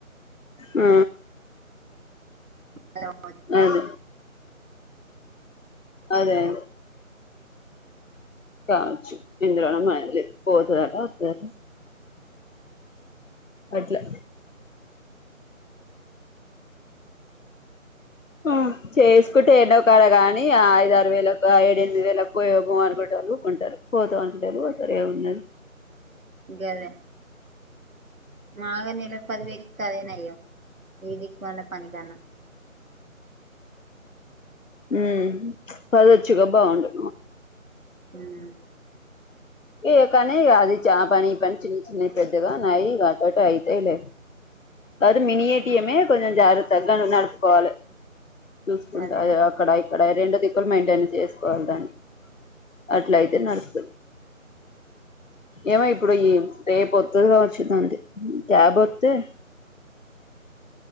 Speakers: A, on the left; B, on the right.
A: ఆ
B: <unintelligible>
A: అదే అదే అదె కావచ్చు ఎందులోన మయం లేద్ పోతదటా వస్తదటా. అట్ల ఆ చేసుకుంటే ఏడ్నో ఒక్కాడ గానీ ఆ ఐద్ ఆరు వేలకు ఆ ఏడ్ ఎనిమిది వేలకు ఏమో అనుకుంటోళ్ళు కొంటరు. పోత అన్నటోళ్ళూ వస్తరు ఏమున్నది
B: గదే నాకే నెలక్ పదివేళ్ కదే నయ్యం ఈ దిక్కుమాలిన పని కన్నా
A: ఊ ప్చ్ పదొచ్చుగా బాగుండు.
B: హ్మా
A: ఏ కానీ ఇగ అది చా పని ఈ పని చిన్న చిన్నవి పెద్దగా నాయీ ఇగ అటటు అయితయిలే. అదు మినీ ఏటిఎమే కొంచం జాగ్రత్తగా నువ్ నడుపుకోవాలే. చూసుకుంటా
B: అదే
A: అది
B: అదే
A: అక్కడా ఇక్కడా రెండు దిక్కుల్ మెయింటెన్ చేసుకోవాలి దాన్ని. అట్ల అయితే నడుస్తది ఏమో ఇప్పుడు ఈ రేపొత్తదిగావచ్చు దాంది క్యాబ్ ఒత్తే.